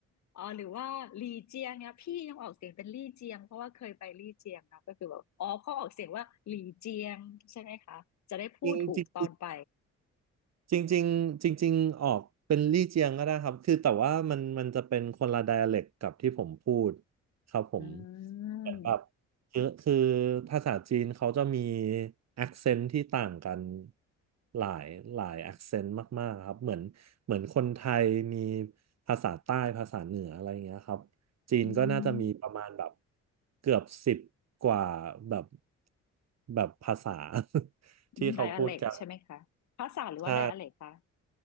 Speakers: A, on the left; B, on the right.
A: เอ๋อหรือว่าลี่เจียงเนี่ยพี่ยังออกเสียงเป็นลี่เจียงเพราะว่าเคยไปลี่เจียงเนาะก็คือแบบอ๋อเขาออกเสียงว่าหลี่เจียงใช่ไหมคะจะได้พูดถูกตอนไป
B: จริงจริงจริงจริงจริงจริงๆออกเป็นลี่เจียงก็ได้ครับคือแต่ว่ามันมันจะเป็นคนละไดอะเล็กกับที่ผมพูดครับผม
A: อื
B: เหมือนแบบ
A: ม
B: คือคือภาษาจีนเขาจะมี a c คเซนต์ที่ต่างกันหลายหลาย a c คเซนต์มากๆครับเหมือนเหมือนคนไทยมีภาษาใต้ภาษาเหนืออะไรอย่างเงี้ยครับจีนก็น่าจะมีประมาณแบบ
A: อืม
B: เกือบสิบกว่าแบบแบบภาษา <laughs>
A: อืมไดอะเล็กใช่ไหมคะภาษาหรือว่าไดอะเล็กคะ
B: ที่เขาพูดกัน ใช่